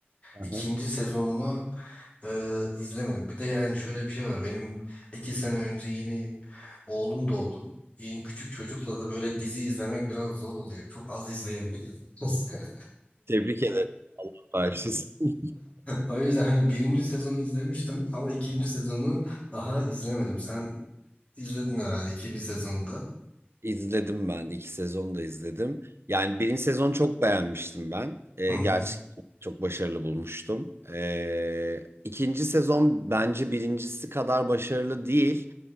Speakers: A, on the right; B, on the left.
A: Hı
B: İkinci
A: hı.
B: sezonunu e, izlemedim. Bir de yani şöyle bir şey var. Benim iki sene önce yeni oğlum doğdu. Yeni küçük çocukla da böyle dizi izlemek biraz zor oluyor. Çok az izleyebiliyoruz. <laughs>
A: Tebrik ederim. Allah bağışlasın.
B: O yüzden hani birinci sezonu izlemiştim ama ikinci sezonu daha izlemedim. Sen izledin herhalde ikinci sezonunda.
A: İzledim ben. iki sezonu da izledim. Yani birinci sezonu çok beğenmiştim ben. Ee,
B: Hı hı.
A: gerçekten çok başarılı bulmuştum. Ee, ikinci sezon bence birincisi kadar başarılı değil.